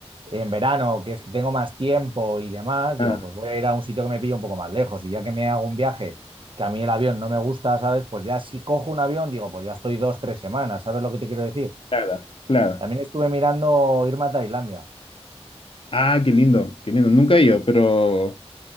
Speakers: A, on the right; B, on the left.
A: en verano, que es que tengo más tiempo y demás, digo,
B: Ah,
A: pues voy a ir a un sitio que me pille un poco más lejos y ya que me hago un viaje que a mí el avión no me gusta, ¿sabes? Pues ya si cojo un avión, digo, pues ya estoy dos, tres semanas, ¿sabes lo que te quiero decir?
B: claro, claro.
A: También estuve mirando irme a Tailandia.
B: Ah, qué lindo, qué lindo. Nunca he ido, pero